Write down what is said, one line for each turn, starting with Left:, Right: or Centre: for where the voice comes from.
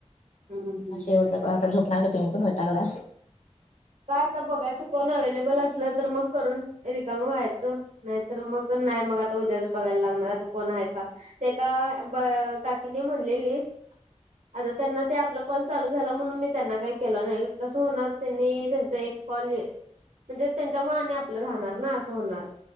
Right: हम्म
Left: अे एवढ ज आता झोपणार. का तुम्ही पण होतागला.
Right: काय आता बघायचं. कोण अव्लेबल असलं. तर मग करून रिकाम व्हायचं. नाही तरर मग नाही. मग उद्याच बघायला लागणार कोण आहे. का ते का काकीने म्हणलेली. आता त्यांना ते आपला कॉल चालू झाला. म्हणून मी त्यांना काय केलं. नाही कसं होणार त्यांनी. त्यांच एक कॉल म्हणजे. त्यांच्या मुने आपलं राहणार. ना असं होणार.